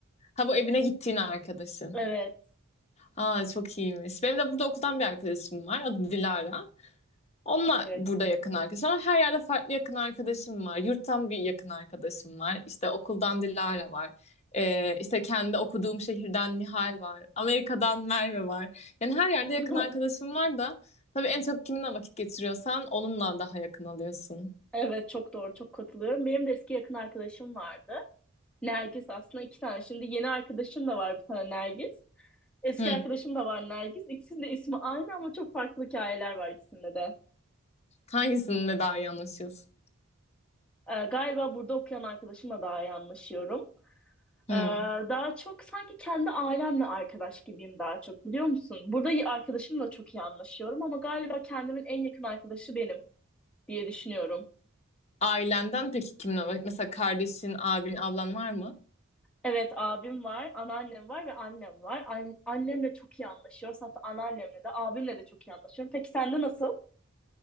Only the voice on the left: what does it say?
Ha bu evine gittiğin arkadaşın.
Aa çok iyiymiş. Benim de burada okuldan bir arkadaşım var. Adı Dilara. Onunla
burada yakın arkadaşım var. Her yerde farklı yakın arkadaşım var. Yurttan bir yakın arkadaşım var. İşte okuldan Dilara var. Ee, işte kendi okuduğum şehirden Nihal var. Amerika'dan Merve var. Yani her yerde yakın
arkadaşım var da tabii en çok kiminle vakit geçiriyorsan onunla daha yakın oluyorsun.
Hı.
Hangisinle daha iyi anlaşıyorsun?
Hı.
Ailenden peki kiminle? Mesela kardeşin, abin, ablan var mı?